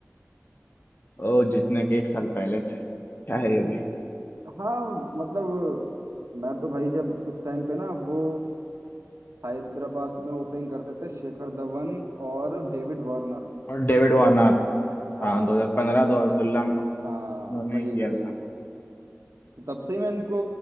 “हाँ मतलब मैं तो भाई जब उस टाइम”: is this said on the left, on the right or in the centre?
Right